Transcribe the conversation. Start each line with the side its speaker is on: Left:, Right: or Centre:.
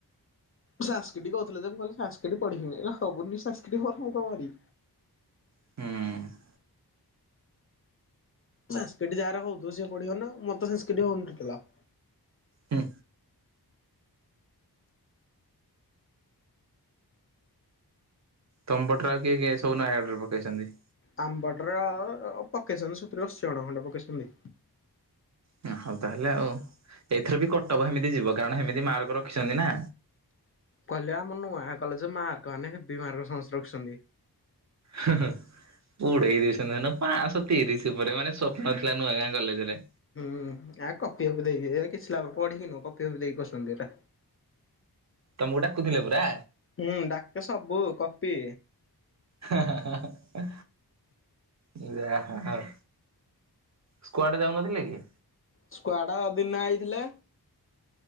Left: ସାଂସ୍କିଟି କହୁଥିଲେ ଯେ ମୁଁ କହିଲି ସାଂସ୍କିଟି ପଢିବିନି <unintelligible> ହବନି ସାଂସ୍କିଟି ମୋର ମୁଁ କଣ କରିବି।
Right: ହୁଁ।
Left: ସାଂସ୍କିଟି ଯାହାର ହଉଥିବ ସେ ପଢିବ ନା ମୋର ତ ସାଂସ୍କିଟି ହଉନି ଟୋଟାଲ।
Right: ହୁଁ। ତମ ପଟର ଆଉ କିଏ କିଏ ସବୁ ନୟାଗଡ଼ରେ ପକେଇଛନ୍ତି?
Left: ଆମ ପଟର ଅ ପକେଇଛନ୍ତି ସତୁରୀ, ଅଶୀ ଜଣ ଖଣ୍ଡେ ପକେଇଛନ୍ତି।
Right: ହୁଁ ହଉ ତାହେଲେ ଆଉ ଏଇଥିର ବି କଟଅଫ୍ ହେମିତି ଯିବ କାରଣ ହେମିତି ମାର୍କ ରଖିଛନ୍ତି ନା।
Left: କହିଲେ ଆମ ନୂଆ କଲେଜ ମାର୍କ ମାନେ ହେବି ମାର୍କ ସମସ୍ତେ ରଖିଛନ୍ତି।
Right: ହେ ହେ ଉଡେଇ ଦେଇଛନ୍ତି ଦେଖୁନ ପାଂସ ତିରିଶ ଉପରେ ମାନେ ସ୍ୱପ୍ନ ଥିଲା ନୂଆ ଗାଁ କଲେଜ ରେ।
Left: ହୁଁ ଆ କପି ଫପି ଦେଇକି ଏ କିଛି ଲାଭ ପଢିକି ନୁହଁ କପି ଫପି ଦେଇକି କରିଛନ୍ତି ଏରା।
Right: ତମକୁ ଡାକୁଥିଲେ ପୁରା।
Left: ହୁଁ ଡାକେ ସବୁ କପି।
Right: ହା ହା ହା ହା ହା ଯାହା ହ ହଉ। ସ୍କୁୱଡ ଯାଉନଥିଲେ କି?
Left: ସ୍କୁୱଡ ଦିନେ ଆଇଥିଲେ।